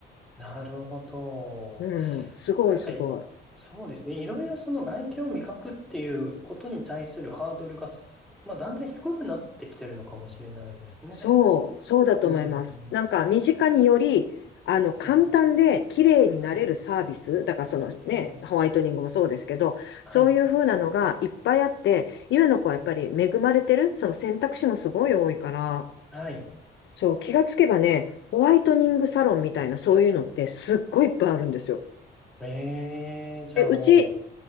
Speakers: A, in the centre; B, on the left (about 70°).
A: なるほど。
B: うん、すごいすごい。
A: なんか、そうですね。いろいろその外見を味覚っていうことに対するハードルがす、まあ、だんだん低くなってきてるのかもしれないですね。
B: そう、そうだと思います。
A: うん。
B: なんか、身近により、あの、
A: ええ、
B: 簡単で綺麗になれるサービス、
A: はい。
B: だからそのね、
A: ええ、
B: ホワイトニングもそうですけど、
A: はい。
B: そういう風なのがいっぱいあって、今の子はやっぱり恵まれてる、
A: うん、
B: その選択肢もすごい多いから、
A: はい。
B: そう、気がつけばね、ホワイトニングサロンみたいなそういうのってすっごいいっぱいあるんですよ。
A: ええ、じゃあもう、
B: で、うち、